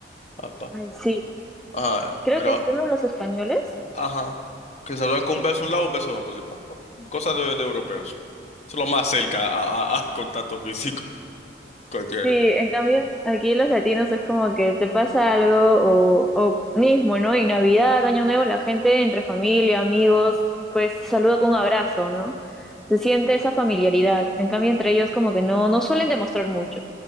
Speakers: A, on the left; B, in the centre.
A: Papá.
B: Ay, Sí,
A: Ah,
B: creo
A: pero,
B: que solo los españoles.
A: ajá. Que saludan con un beso de un lado, un beso de otro. así, pa, pa. Cosas de, de europeos. Eso es lo más cerca a, a- a <laughs> contacto físico que tienen.
B: Sí, en cambio, aquí los latinos es como que te pasa algo o, o mismo, ¿no? En Navidad, Año Nuevo, la gente entre familia, amigos, pues saluda con un abrazo, ¿no? Se siente esa familiaridad. En cambio, entre ellos como que no, no suelen demostrar mucho.